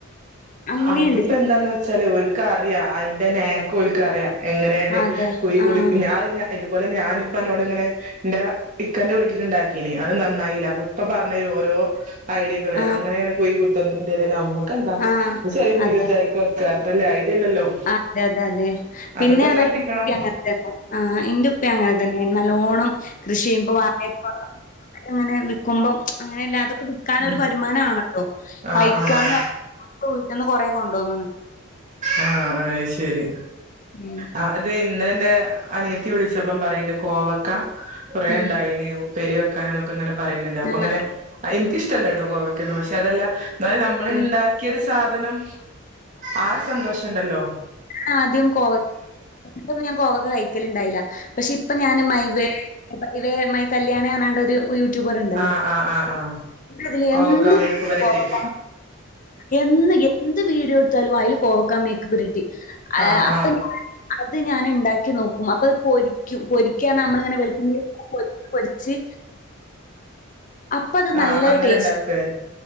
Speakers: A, on the left (about 40°); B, on the right (about 40°).
A: അങ്ങനെണ്ട്.
B: അതിപ്പോ എന്താന്ന് വെച്ചാല് ഓൽക്ക് അറിയാ അയ്ന്റെ നേക്കോൽക്ക അറിയ, എങ്ങനെയാണ്
A: അതെ
B: കുഴി കുഴിക്
A: ആഹ്
B: അത് ഞാ ഇതുപോലെ ഞാനിപ്പാനോട് ഇങ്ങനെ ന്റെ ഇക്കന്റെ വീട്ടില് ഉണ്ടാക്കീനി. അത് നന്നായീല, അപ്പൊ ഇപ്പ പറഞ്ഞരും ഓരോ... ഐഡിയകള്,
A: ആഹ്
B: അങ്ങനെയാണ് കുഴി കുത്തന്റെത്, നമക്കന്ത?
A: ആഹ്
B: അത് ചെറിയ കുഴി
A: അതെ.
B: കുത്ത അയിക് വെക്ക. അത്രല്ലേ, ഐഡിയ ഇല്ലല്ലോ?
A: ആഹ് അതെ അതെ അതെ പിന്നെയാണ്
B: അതൊക്കെ ശ്രദ്ധിക്കണം
A: അയിനെ പറ്റി അങ്ങന ആഹ്, ഇന്റെ ഉപ്പി അങ്ങനെ തന്നേണ്. നല്ലോണം കൃഷി ചെയ്യുമ്പോ വായപ്പ ആഹ്, അങ്ങനെ വിൽക്കുമ്പം അങ്ങനെല്ല അതൊക്കെ വിക്കാനൊരു
B: ഉം
A: വരുമാനണല്ലോ,
B: ആഹ്
A: കഴിക്കാനും
B: ആഹ്
A: വീട്ടിൽന്ന് കൊറേ കൊണ്ടോന്ന്ണ്.
B: ആഹ്, അയ്ശരി.
A: ഉം.
B: ആ അത് ഇന്നലെന്റെ അനിയത്തി വിളിച്ചപ്പം പറയണ്ട്, കോവക്ക കുറെ
A: ഉം
B: ഉണ്ടായിണ്. പ്പേരി വെക്കാനൊക്കെ എന്നൊക്കെ ഇങ്ങനെ പറയുന്നുണ്ട്. അപ്പൊ
A: ആഹ്
B: ഇങ്ങനെ എനിക്കഷ്ടല്ലട്ടോ കോവയ്ക്കൊന്നും. പക്ഷെ അതെല്ല... ന്നാലും നമ്മൾ
A: ആഹ്
B: ണ്ടാക്കിയരു സാധനം, ആ ഒരു സന്തോഷുണ്ടല്ലോ?
A: ഞാന് ആദ്യം കോവ ഇപ്പൊ ഞാൻ കോവക്ക് കഴിക്കലുണ്ടായില. പക്ഷെ ഇപ്പ ഞാന് മൈവേ മൈവേ മൈ കല്യാണി പറഞ്ഞാണ്ട് ഒരു... ഒരു യൂട്യൂബർ ഉണ്ടല്ലോ,
B: ആ ആ ആ ആ
A: അതിൽ
B: കോവക്ക
A: എന്നും
B: മെഴുക്ക് പെരട്ടി
A: കോവക്കോ എന്നും എന്ത് വീഡിയോ എടുത്താലും അയ്ൽ കോവക്കാ മേയ്ക്ക് പുരട്ടി. ആഹ്,
B: ആ ആ
A: അപ്പൊ അത് ഞാന് ഉണ്ടാക്കി നോക്കും. അപ്പൊ അത് പൊരി ക്കും. പൊരിക്കാറഞ്ഞ നമ്മളിങ്ങനെ വെളിച്ചെണ്ണേട്ട് പൊരിച്ച പൊരിച്ച്... അപ്പത്
B: ആഹ്,
A: നല്ല
B: അങ്ങനെ
A: ടേസ്റ്റ്
B: ഉണ്ടാക്ക.